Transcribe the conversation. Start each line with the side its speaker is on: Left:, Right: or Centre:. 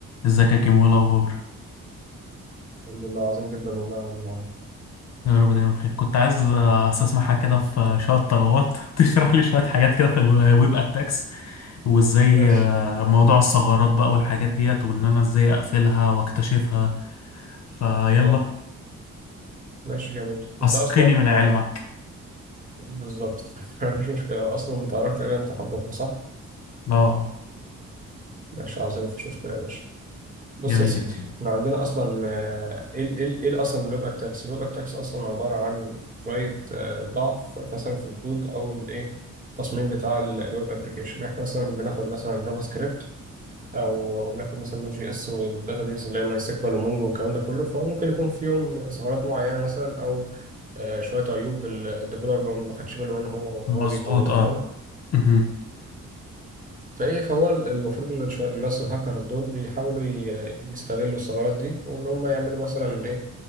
Left: ازيك يا كيمو ايه الاخبار
Right: الحمد لله عظيم جدا والله يا عم عمرو
Left: يا رب دايما بخير كنت عايز آه، استسمحك كده في شويه طلبات <laughs> تشرح لي شويه حاجات كده في الويب اتاكس وازاي
Right: ماشي
Left: آه، موضوع الثغرات بقى والحاجات ديت وان انا ازاي اقفلها واكتشفها فيلا
Right: اه ماشي جميل انت
Left: اسقني
Right: اصلا
Left: من علمك
Right: آه، بالظبط <laughs> مفيش مشكله اصلا انت عرفت تقريبا امتحان بكره صح؟
Left: اه
Right: ماشي عظيم مفيش مشكله يا باشا بص
Left: جميل
Right: يا سيدي
Left: جدا
Right: احنا عندنا اصلا آه، ايه ال- ايه ال- ايه اصلا اللوج اتاكس؟ اللوج اتاكس اصلا عباره عن شويه آه، ضعف مثلا في الكود او الايه التصميم بتاع ال- الويب ابلكيشن احنا مثلا بناخد مثلا جافا سكريبت او بناخد مثلا نوت جي اس والداتابيز اللي هي ماي سيكوال ومونجو والكلام ده كله فهو ممكن يكون فيهم ثغرات معينه مثلا او آه، شويه عيوب ال- الديفلوبر ما خدش باله منه وهو
Left: مظبوط
Right: بيطوره
Left: اه
Right: تمام
Left: <laughs>
Right: فايه فهو ال- المفروض ان شويه الناس الهاكرز دول بيحاولوا ي- يستغلوا الثغرات دي وان هم يعملوا مثلا ايه